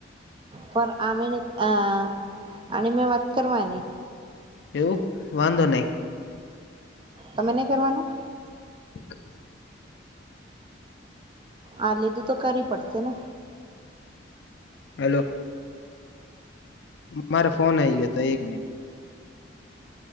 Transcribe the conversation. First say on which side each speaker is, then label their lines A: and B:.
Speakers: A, on the right; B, on the left.
A: પર આમને અ અને મેં વાત કરવાની
B: એવું વાંધો નહી
A: તમે નહીં કરવાનું
B: <inaudible>
A: આ લીધું તો કરવી પડશે ને
B: હલો મારે ફોન આવી ગયો હતો એક મિનિટ